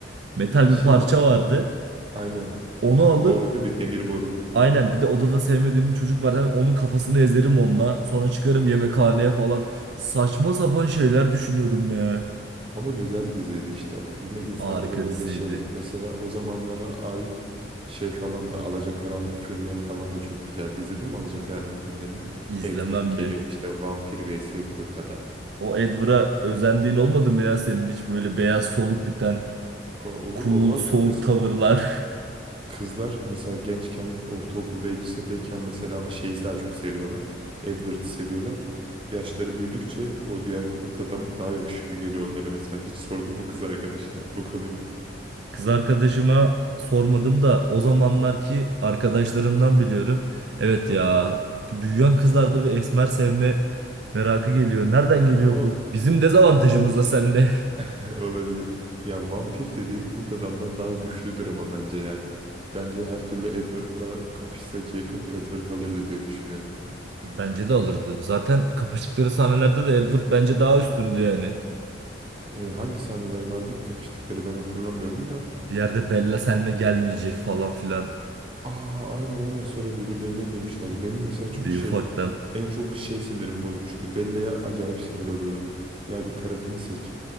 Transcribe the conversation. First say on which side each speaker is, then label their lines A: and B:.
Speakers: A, on the right; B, on the right.
A: metal
B: Ya şey
A: bir parça vardı.
B: aynen.
A: Onu alıp
B: Boru değil mi? Demir boru.
A: Aynen bir de odada sevmediğim bir çocuk var. Hemen onun kafasını ezerim onunla. Sonra çıkarım yemekhaneye falan. Saçma sapan şeyler düşünüyordum ya.
B: Ama güzel diziydi işte. Bu Yine insanlara
A: Harika
B: böyle
A: diziydi.
B: şeyler. Mesela o zamanlara ait şey falan da Alacakaranlık filmleri falan da çok güzeldi. İzledin mi Alacakaranlık filmlerini?
A: İzlemem
B: Edward
A: mi?
B: geliyor işte vampir vs kurt adam.
A: O Edward'a özendiğin olmadı mı ya senin hiç böyle beyaz soluk biten
B: Kanka Olur
A: cool
B: olmaz
A: soğuk
B: mı? Mesela
A: tavırlar. <laughs>
B: kızlar mesela gençken ortaokulda lisedeyken mesela ama şeyi daha çok seviyorlar. Edward'ı seviyorlar. Yaşları büyüdükçe o diğer kurt adam daha yakışıklı geliyor onlara mesela. Hiç sordun mu kız arkadaşına bu konuyu?
A: Kız arkadaşıma sormadım da o zamanlarki arkadaşlarımdan biliyorum. Evet ya
B: Hı hı.
A: büyüyen kızlarda bir esmer sevme merakı geliyor. Nereden
B: Abi
A: geliyor
B: Ama
A: bu? Bizim dezavantajımız
B: ama bence
A: da seninle.
B: <laughs> Olabilir. Ya vampir dediğin kurt adamdan daha güçlüdür ama bence yani. Bence her türlü Edward'la kapışsa Jacob Edward alırdı diye düşünüyorum.
A: Bence de alırdı. Zaten kapıştıkları sahnelerde de Edward bence daha üstündü yani.
B: E, hangi sahneler vardı ki kapıştıkları ben hatırlamıyorum da.
A: Bir yerde Bella seninle gelmeyecek falan filan.
B: Aa aynen aynen sonra birbirlerine girmişlerdi. Benim mesela
A: Bir
B: çok şey
A: ufaktan.
B: en çok şey sinirim bozmuştu. Bella'ya acayip sinir oluyordum. Ya bir tarafını seç.